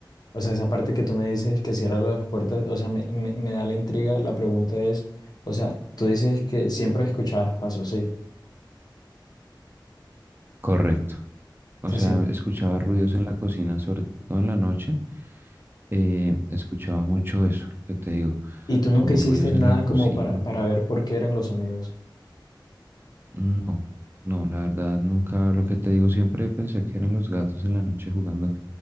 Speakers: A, on the left; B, on the right.
A: o sea, esa parte que tú me dices que cierras las puertas, o sea, me, me, me da la intriga, la pregunta es, o sea, tú dices que siempre escuchabas pasos, sí.
B: Correcto. O
A: o
B: sea,
A: sea,
B: escuchaba ruidos en la cocina, sobre todo en la noche. eh, escuchaba mucho eso, lo que te digo,
A: Y tú nunca
B: como
A: hiciste
B: ruidos
A: nada
B: en la cocina.
A: como para, para ver por qué eran los sonidos.
B: No, no, la verdad nunca, lo que te digo, siempre pensé que eran los gatos en la noche jugando,